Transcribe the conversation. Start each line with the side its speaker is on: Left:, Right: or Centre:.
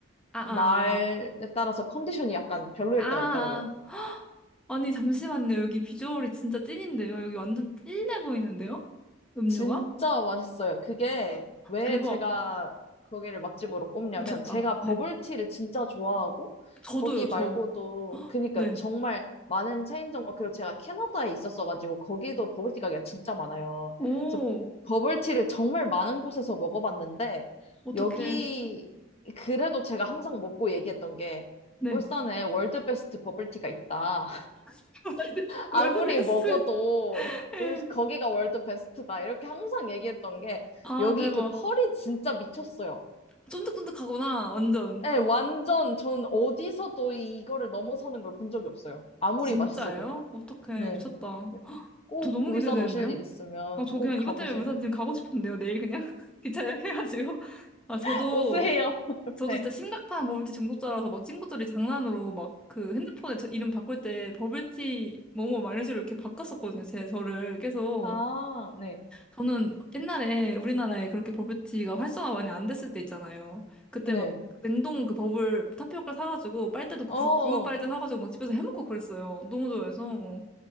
Centre: 아, 아.
Left: 날에 따라서 컨디션이 약간 별로일
Centre: 아,
Left: 때가 있더라고요.
Centre: 아. <gasps> 아니, 잠시만요. 여기 비주얼이 진짜 찐인데요. 여기 완전 찐해 보이는데요? 음료가?
Left: 진짜 맛있어요. 그게 왜
Centre: 대박.
Left: 제가 거기를 맛집으로 꼽냐면
Centre: 미쳤다.
Left: 제가
Centre: 네.
Left: 버블티를 진짜 좋아하고
Centre: 저도요,
Left: 거기 말고도
Centre: 저.
Left: 그니까
Centre: 네.
Left: 정말 많은 체인점 그리고 제가 캐나다에 있었어가지고 거기도 버블티 가게가 진짜 많아요.
Centre: 오,
Left: 그래서 버블티를 정말 많은 곳에서 먹어봤는데
Centre: 어떡해.
Left: 여기 그래도 제가 항상 먹고 얘기했던 게
Centre: 네.
Left: 울산에 월드 베스트 버블티가 있다.
Centre: <laughs> 월드
Left: 아무리
Centre: 월드 베스트.
Left: 먹어도
Centre: 예.
Left: 올- 거기가 월드 베스트다. 이렇게 항상 얘기했던 게
Centre: 아,
Left: 여기
Centre: 대박.
Left: 그 펄이 진짜 미쳤어요.
Centre: 쫀득쫀득하구나. 완전.
Left: 네 완전 저는 어디서도 이거를 넘어서는 걸 본 적이 없어요. 아무리
Centre: 진짜예요?
Left: 맛있어도.
Centre: 어떡해.
Left: 네.
Centre: 미쳤다.
Left: 네, 꼭
Centre: 저 너무
Left: 울산
Centre: 기대되는데요?
Left: 오실 일 있으면
Centre: 아, 저
Left: 꼭
Centre: 그냥
Left: 가보세요.
Centre: 이것 때문에 울산 지금 가고 싶은데요. 내일 그냥 <laughs> 기차 예약해가지고. 아, 저도
Left: <laughs> 오세요.
Centre: 저도
Left: 네.
Centre: 진짜 심각한 버블티 중독자라서 막 친구들이 장난으로 막 그 핸드폰에 저 이름 바꿀 때 버블티 뭐뭐 막 이런 식으로 이렇게 바꿨었거든요. 제 저를 계속.
Left: 아, 네.
Centre: 저는 옛날에 우리나라에 그렇게 버블티가 활성화 많이 안 됐을 때 있잖아요. 그때
Left: 네.
Centre: 막 냉동 그 버블 타피오카 사가지고 빨대도 그
Left: 어,
Centre: 굵- 굵은 빨대 사가지고 막 집에서 해먹고 그랬어요. 너무 좋아해서.